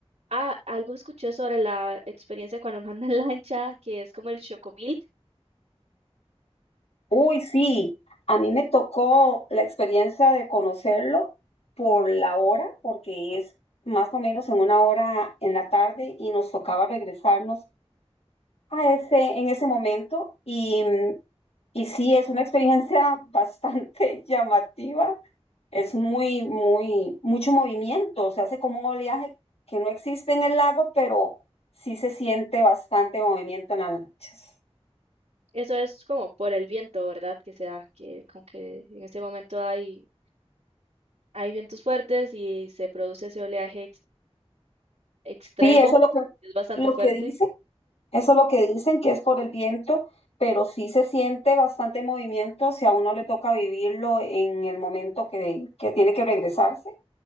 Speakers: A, on the right (about 85°); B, on the left (about 70°).
A: Ah, algo escuché sobre la experiencia cuando uno <laughs> anda en lancha, que es como el chocomilk.
B: Uy, sí, a mí me tocó la experiencia de conocerlo por la hora, porque es más o menos en una hora en la tarde y nos tocaba regresarnos a ese, en ese momento. Y Y sí, es una experiencia bastante <laughs> llamativa, es muy, muy, mucho movimiento, se hace como un oleaje que no existe en el lago, pero sí se siente bastante movimiento en las lanchas.
A: Eso es como por el viento, ¿verdad? Que se da, que como que en ese momento hay, hay vientos fuertes y se produce ese oleaje ex- extremo,
B: Sí, eso es lo que,
A: es bastante
B: lo
A: fuerte.
B: que dicen, eso es lo que dicen, que es por el viento, pero sí se siente bastante movimiento si a uno le toca vivirlo en el momento que, que tiene que regresarse.